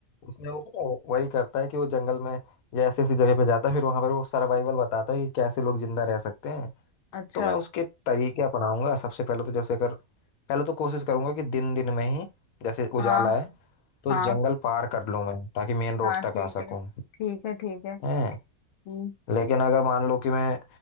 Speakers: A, on the left (about 80°); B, on the left (about 65°).
A: उसमें वो पता है, वही करता है कि वो जंगल में या ऐसी ऐसी जगह पे जाता है फिर वहां पर वो सर्वाइवल बताता है कि कैसे लोग जिंदा रह सकते हैं
B: अच्छा
A: तो मैं उसके तरीके अपनाऊंगा सबसे पहले तो जैसे अगर पहले तो कोशिश करूंगा कि दिन दिन में ही जैसे
B: हाँ
A: उजाला है तो
B: हाँ
A: जंगल पार कर लूं मैं ताकि मेन रोड
B: हाँ
A: तक
B: ठीक
A: आ सकूं
B: है ठीक है ठीक है
A: है
B: हम्म
A: लेकिन अगर मान लो कि मैं